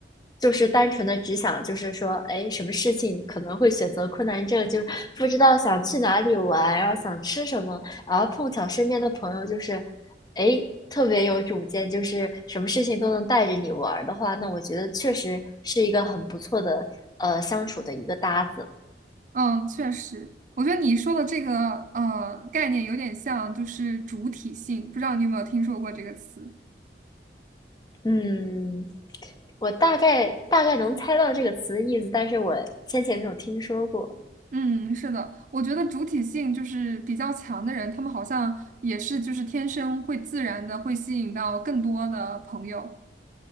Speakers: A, on the left; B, on the right.
A: 就是单纯的只想，就是说，哎，什么事情可能会选择困难症，就是不知道想去哪里玩，然后想吃什么，然后碰巧身边的朋友就是，哎，特别有主见，就是什么事情都能带着你玩儿的话，那我觉得确实是一个很不错的呃相处的一个搭子。
B: 嗯，确实，我觉得你说的这个呃概念有点像，就是主体性，不知道你有没有听说过这个词？
A: 嗯，我大概大概能猜到这个词的意思，但是我先前没有听说过。
B: 嗯，是的，我觉得主体性就是比较强的人，他们好像也是就是天生会自然的会吸引到更多的朋友。